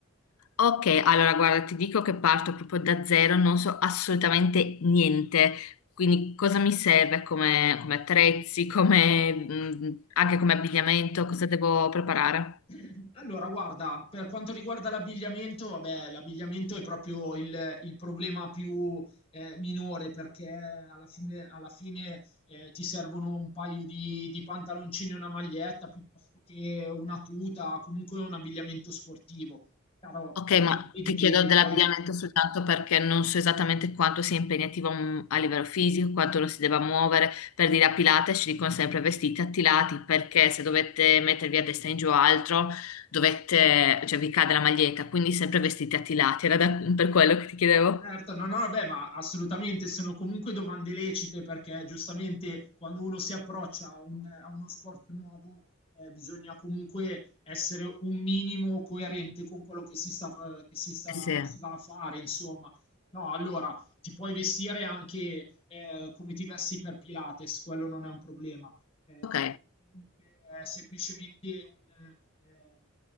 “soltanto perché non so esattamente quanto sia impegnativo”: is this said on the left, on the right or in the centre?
Left